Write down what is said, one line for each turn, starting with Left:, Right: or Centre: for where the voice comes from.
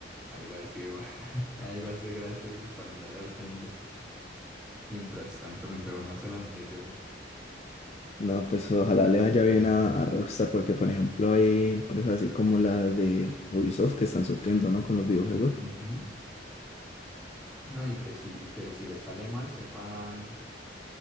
Centre: Algo así, ma- <laughs> algo así gracioso para andar haciendo mientras tanto, mientras uno hace las misiones.
Left: No, pues ojalá le vaya bien a, a Rockstar, porque por ejemplo hay empresas así como las de Ubisoft que están sufriendo, ¿no? Con los videojuegos.
Centre: Ujú. No, y que sí, y que si les sale mal, sepan,